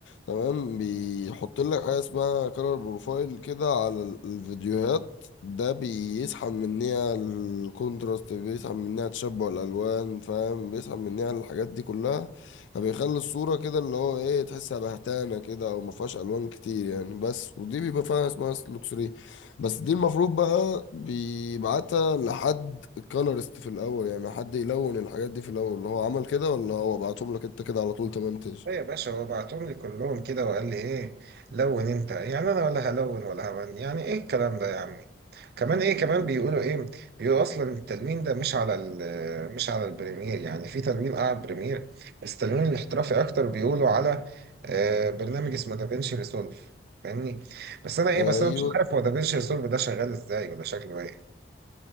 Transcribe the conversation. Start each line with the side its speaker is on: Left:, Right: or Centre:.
Left: تمام بيحط لك حاجه اسمها كلر بروفايل كده على ال- الفيديوهات ده بيسحب مننا الكونتراست بيسحب مننا تشبع الالوان فاهم بيسحب مننا الحاجات دي كلها فبيخلي الصوره كده اللي هو ايه تحسها بهتانه كده او ما فيهاش الوان كتير يعني بس ودي بيبقى فيها اسمها لوكسري بس دي المفروض بقى بيبعتها لحد كولرست في الاول يعني حد يلون الحاجات دي في الاول اللي هو عمل كده ولا هو بعتهم لك انت كده على طول تمنتج
Right: ايه يا باشا هو بعتهم لي كلهم كده وقال لي ايه لون انت يعني انا ولا هلون ولا همن يعني ايه الكلام ده يا عمي كمان ايه كمان بيقولوا ايه بيقولوا اصلا التلوين ده مش على ال- مش على البريمير يعني في تلوين اعلى بريمير بس التلوين الاحترافي اكتر بيقولوا على آه، برنامج اسمه دافينشي ريسولف فاهمني بس انا ايه
Left: ايوه
Right: بس انا مش عارف هو دافينشي ريسولف ده شغال ازاي ولا شكله ايه